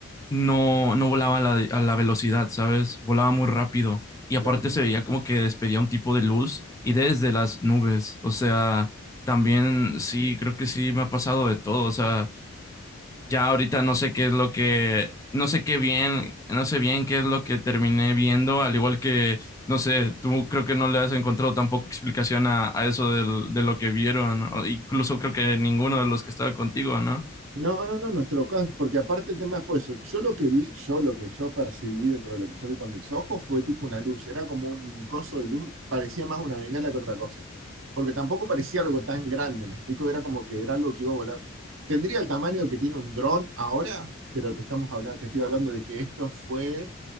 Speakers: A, on the left (about 15°); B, on the right (about 70°).
A: no, no volaba a la, a la velocidad, ¿sabes? Volaba muy rápido y aparte
B: claro.
A: se veía como que despedía un tipo de luz y desde las nubes, o sea, también sí, creo que sí me ha pasado de todo, o sea, ya ahorita no sé qué es lo que, no sé qué bien, no sé bien qué es lo que terminé viendo, al igual que, no sé, tú creo que no le has encontrado tampoco explicación a, a eso del- de lo que vieron, ¿no? Incluso creo que ninguno de los que estaba contigo, ¿no?
B: No, no, no, nuestro caso, porque aparte el tema fue eso. Yo lo que vi, yo lo que yo percibí dentro de lo que yo vi con mis ojos fue tipo una luz, era como un coso de luz, parecía más una bengala que otra cosa. Porque tampoco parecía algo tan grande, me explico, era como que era algo que iba a volar. Tendría el tamaño que tiene un dron ahora, pero te estamos hablando, te estoy hablando de que esto fue